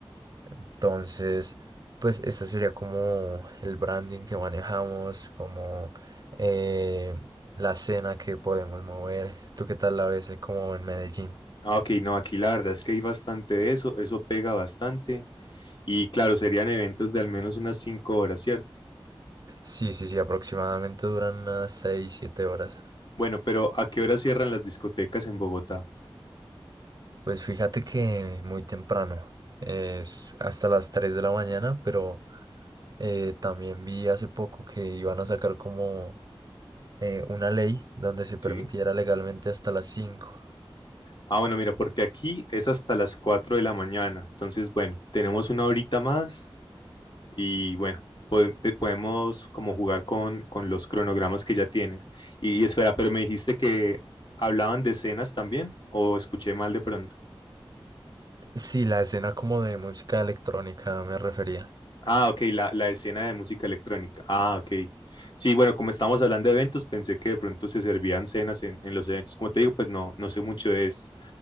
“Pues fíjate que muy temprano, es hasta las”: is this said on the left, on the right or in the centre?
Right